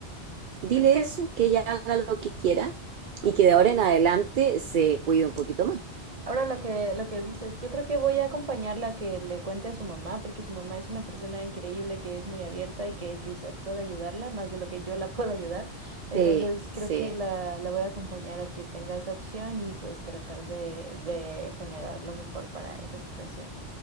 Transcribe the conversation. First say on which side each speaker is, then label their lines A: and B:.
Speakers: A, on the right; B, on the right.
A: Dile
B: creo que
A: eso, que ella haga lo que quiera y que de ahora en adelante se cuide un poquito más.
B: Ahora lo que, lo que dices, yo creo que voy a acompañarla a que le cuente a su mamá, porque su mamá es una persona increíble que es muy abierta y que quizás pueda ayudarla más de lo que yo la <laughs> pueda ayudar. Entonces
A: Sí, sí.
B: creo que la, la voy a acompañar a que tenga esa opción y pues tratar de, de generar lo mejor para esa situación.